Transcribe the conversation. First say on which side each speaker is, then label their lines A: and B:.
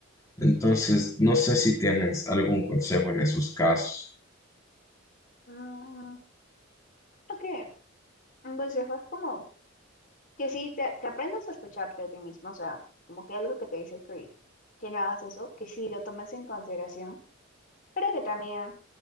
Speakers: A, on the left; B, on the left.
A: Entonces, no sé si tienes algún consejo en esos casos.
B: Mm, creo que un consejo es como que sí, te- que aprendas a escucharte a ti mismo, o sea, como que algo que te dice que, que no hagas eso, que sí lo tomes en consideración, pero que también